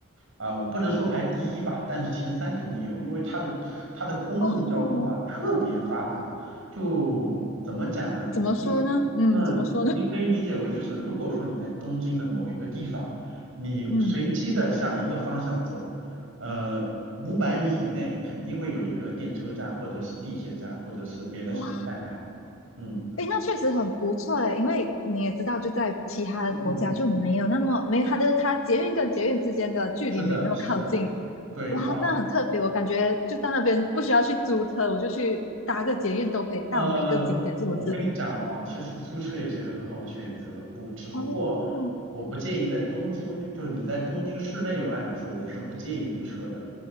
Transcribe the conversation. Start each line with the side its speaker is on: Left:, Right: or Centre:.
Right: 啊、我不能说排第一吧，但是前三肯定有，因为它的它的公共交通啊特别发达，
Left: 哦，
Right: 就怎么讲呢？
Left: 怎么说呢？
Right: 你
Left: 嗯，
Right: 嗯，
Left: 怎么说呢？
Right: 你可以理解为就是，如果说你在东京的某一个地方，你随机的向一个方向走，
Left: 嗯，
Right: 呃，五百米以内肯定会有一个电车站，或者是地铁站，或者是别的什么站台。
Left: 哇，
Right: 嗯
Left: 诶，那确实很不错诶，因为你也知道，就在其他的国家就没有那么没有它的它捷运跟捷运之间的距离没有那么靠近，
Right: 嗯嗯嗯，是的，是的。对啊，
Left: 哇，那很特别。我感觉就到那边不需要去租车，我就去搭个捷运都可以到每个景点，
Right: 呃，
Left: 是不是？
Right: 我跟你讲哦，其实租车也是一个很好的选择，不，只不过我不建议在东京，
Left: 哦
Right: 就是你在东京市内游览的时候，我是不建议租车的，